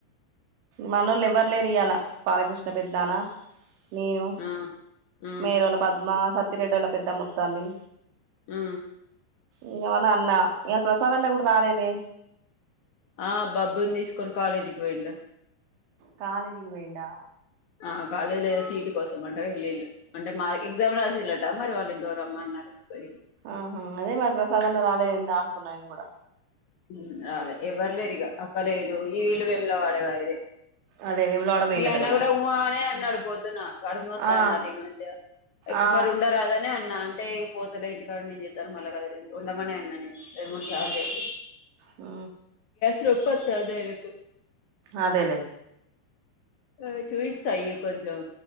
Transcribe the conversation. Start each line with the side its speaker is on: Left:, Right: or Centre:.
Right: మనోళ్లు ఎవ్వర్ లేరు ఇయాల బాలకృష్ణ పెద్నానా నేను
Left: ఆ ఉమ్
Right: మేరోళ్ళ పద్మ సత్తిరెడ్డోళ్ళ పెద్దమ్మ ఒత్తాంది
Left: ఉ
Right: ఇగ మన అన్నా యే ప్రసాద్ అన్న గూడ రాలేదే
Left: ఆ బబ్బున్ తీసుకొని కాలేజీక్ వోయిండు
Right: కాలేజీకి పోయిండా
Left: ఆ కాలేజ్లో ఏ సీటు కోసం అంట వెళ్ళిళ్ళు, అంటే మాదె ఎగ్జామ్ రాసిళ్ళట మరి వాళ్ళేందో రమ్మన్నారు పోయిరు.
Right: ఆహా అదే మా ప్రసాద్ అన్న రాలే ఏంటా అనుకున్న నేన్ గూడా
Left: ఊ ఆలే ఎవ్వర్ లేరు ఇగ అక్క లేదు ఈల్లు వేములా వాడేవా ఇది
Right: అదే వేములవాడ పోయిండట
Left: మీ అన్న
Right: కదా
Left: గూడా ఉ అ అనే అన్ అన్నాడు పొద్దున కడుపు నొత్తాందట
Right: ఆ
Left: ఈ మధ్య ఇపు
Right: ఆ
Left: మరి ఉండరాదనే అన్నా అన్ అంటే ఇగ పోతలే ఇంటి కాడ నేన్ జేత్తాను మళ్ళ <unintelligible> ఉండమనే అన్నా నేను రెండు మూడు సార్లు చెప్పిన్
Right: ఊ
Left: చెప్పొచ్చా అన్ని ఆయనకు
Right: అదేలే
Left: ఆ చూయిస్తా ఇగ కొంచెం